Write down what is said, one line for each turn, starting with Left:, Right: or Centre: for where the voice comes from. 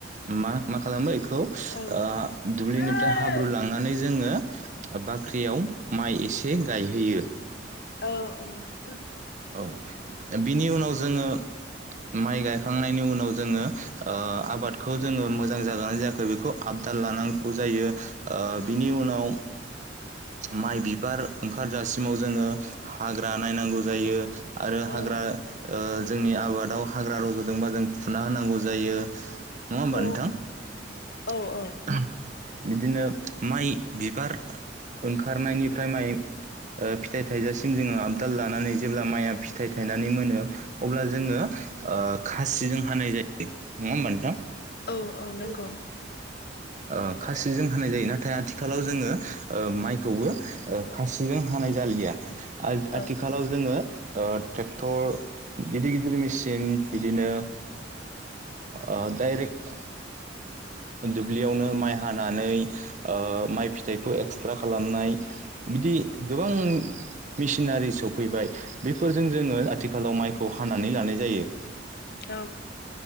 Right: मा मा खालामो बेखौ ओ
Left: औ औ
Right: दुब्लिनि ओमफ्राय
Left: ओइ
Right: हाब्रु लांनानै जोङो बाख्रियाव माइ एसे गायहैयो।
Left: औ ओं <inaudible>
Right: औ बिनि उनाव जोङो माइ गायखांनायनि उनाव जोङो ओ आबादखौ जोङो मोजां जागोना जायाखै बेखौ आबदाल लानांगौ जायो। ओ बिनि उनाव माइ बिबार ओंखारजासिमाव जोङो हाग्रा नायनांगौ जायो। आरो
Left: औ
Right: हाग्रा जोंनि आबादाव हाग्रा रज'दोंबा जों फुना होनांगौ जायो। नङा होमबा
Left: औ
Right: नोंथां
Left: औ औ
Right: बिदिनो माइ बिबार ओंखारनायनिफ्राय माइ फिथाइ थाइजासिम जोङो आबदाल लानानै जेब्ला माइया फिथाइ थायनानै मोनो अब्ला जोङो ओ खासिजों हानाय जायो नङा होमबा नोंथां?
Left: औ नंगौ
Right: औ। ओ खासिजों होनाय जायो नाथाय आथिखालाव जोङो माइखौबो ओ खासिजों हानाय जालिया आ
Left: औ
Right: आथि खालाव जोङो ओ ट्रेक्टर गिदिर गिदिर मेसिन बिदिनो अ डाइरेक्ट दुब्लियावनो माइ हानानै ओ माइ फिथाइखौ एक्सट्रा खालामनाय बिदि गोबां मेसिनारि सफैबाय बेफोरजों जोङो आथिखालाव माइखौ हानानै लानाय जायो।
Left: औ